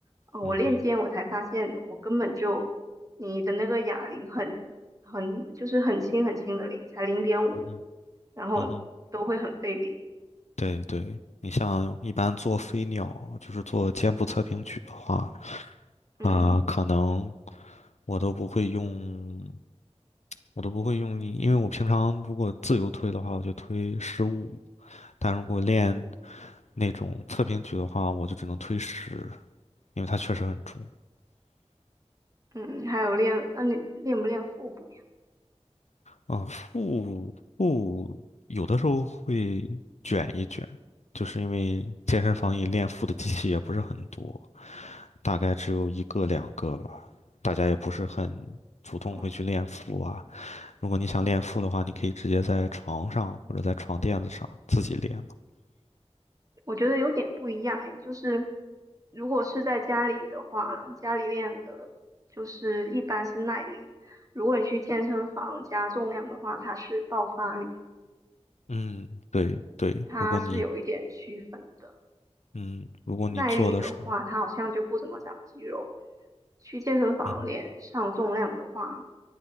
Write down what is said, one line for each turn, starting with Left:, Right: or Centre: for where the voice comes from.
Right: 哦，我练肩，
Left: 嗯哼，
Right: 我才发现我根本就你的那个哑铃很很就是很轻很轻的铃，才零点五，
Left: 嗯哼，
Right: 然后都会很费力。
Left: 嗯哼，对对，你像一般做飞鸟，就是做肩部侧平举的话，
Right: 嗯
Left: 啊、可能我都不会用。我都不会用力，因为我平常如果自由推的话，我就推十五，但如果练那种侧平举的话，我就只能推十，因为它确实很重。
Right: 嗯，还有练，那、你练不练腹部呀？
Left: 啊、腹腹有的时候会卷一卷，就是因为健身房里练腹的机器也不是很多，大概只有一个两个吧，大家也不是很主动会去练腹啊。
Right: 哦，
Left: 如果你想练腹的话，你可以直接在床上或者在床垫子上自己练。
Right: 我觉得有点不一样哎，就是如果是在家里的话，家里练的就是一般是耐力，如果你去健身房加重量的话，它是爆发力，
Left: 嗯，对对，
Right: 它是有一点区分的。
Left: 如果你嗯，如果你做的是，
Right: 耐力的话，它好像就不怎么长肌肉。去健身房练上重量的话，
Left: 嗯